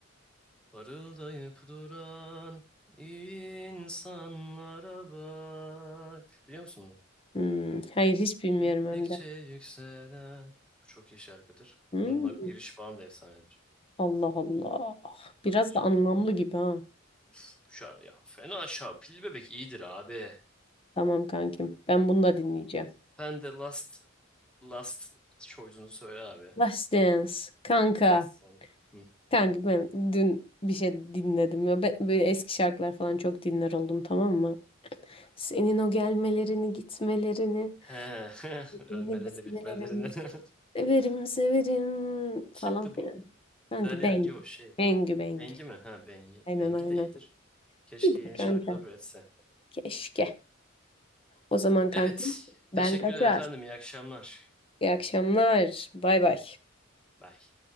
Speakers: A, in the centre; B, on the left.
A: Parıldayıp duran insanlara bak. Biliyor musun bunu?
B: Hmm. Hayır hiç bilmiyorum
A: Gittikçe
B: hem de.
A: yükselen. Bu çok iyi şarkıdır.
B: Hmm.
A: Bunun bak giriş falan da efsanedir.
B: Allah Allah. Biraz
A: Tabii canım
B: da anlamlı
A: ya.
B: gibi ha.
A: Üf, şar ya fena aşağı. Pilli bebek iyidir abi.
B: Tamam kankim. Ben bunu da dinleyeceğim.
A: Sen de last last choice'unu söyle abi.
B: Last Dance. Kanka.
A: Last song. Hı.
B: Kanka ben dün bir şey dinledim ya. Ben böyle eski şarkılar falan çok dinler oldum tamam mı? Senin o gelmelerini, gitmelerini,
A: He, <laughs>
B: birbirini
A: ölmelerine
B: bitmelerini.
A: bitmelerine. <laughs>
B: Severim, severim falan
A: Kimdi
B: filan.
A: bu?
B: Kanki
A: Derya,
B: Bengü.
A: yo şey.
B: Bengü Bengü.
A: Bengi mi? Ha Bengi.
B: Aynen
A: Bengi
B: aynen.
A: de iyidir. Keşke
B: Gider
A: yeni
B: kanka.
A: şarkılar üretse.
B: Keşke. O zaman kankim
A: Evet.
B: ben
A: Teşekkürler
B: kaçar.
A: efendim. İyi akşamlar.
B: İyi akşamlar. Bay bay.
A: Bye.